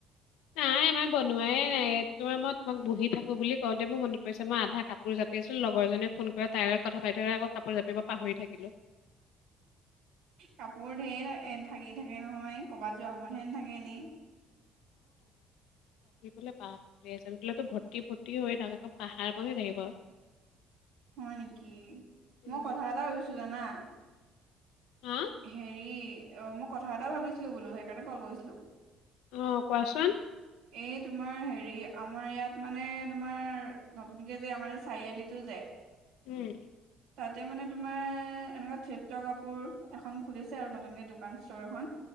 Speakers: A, on the left; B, on the right.
A: নাই আমাৰ বনোৱাই নাই তোমাৰ মই তোমাক বহি থাকো বুলি কওঁতে মোৰ মনত পৰিছে মই আধা কাপোৰ জাপি আছো লগৰ জনীয়ে ফোন কৰি তাই লগত কথা পাতি থাকলে আকৌ কাপোৰ জাপিব পাহৰি থাকিলো ৷
B: কাপোৰ ঢেৰ থাকি থাকে নহয় ক'ৰবাত যোৱা সময়তহে নথাকে এনেই ৷
A: থাক বো ভৰ্তি ফৰ্তি হৈ থাক একম পাহাৰ ব থাকিব <unintelligible>
B: হয় নেকি মই
A: উম,
B: কথা এটা ভাবিছো জানা৷
A: হা
B: হেৰি অ মই কথা এটা ভাবিছিলো বোলো সেইকাৰণে কল কৰিছিলো ৷
A: অ কোৱাচোন।
B: এই তোমাৰ হেৰি আমাৰ ইয়াত মানে তোমাৰ নতুনকে যে আমাৰ চাৰিআলিটো যে
A: উম।
B: তাতে মানে তোমাৰ এনেকুৱা থিপ্ত কাপোৰ এখন খুলিছে আৰু নতুনকে দোকান ষ্ট'ৰ এখন